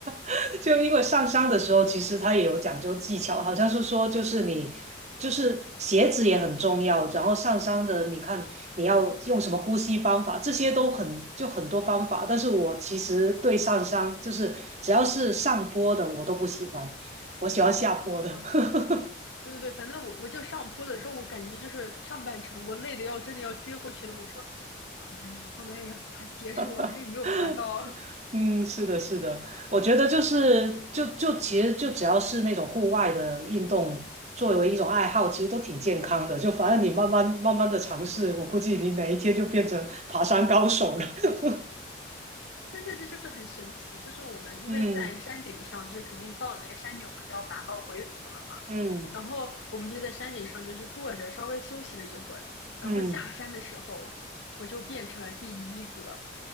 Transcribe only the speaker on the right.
<laughs> 就因为上山的时候，其实它也有讲究技巧，好像是说就是你就是鞋子也很重要，然后上山的你看你要用什么呼吸方法，这些都很就很多方法，但是我其实对上山就是只要是上坡的我都不喜欢，我喜欢下坡的。
<laughs>
嗯，是的，是的，
我觉得就是就就其实就只要是那种户外的运动，
作为一种爱好，其实都挺健康的。就反正你慢慢慢慢的尝试，我估计你哪一天就变成爬山高手了。<laughs>
嗯
嗯
嗯，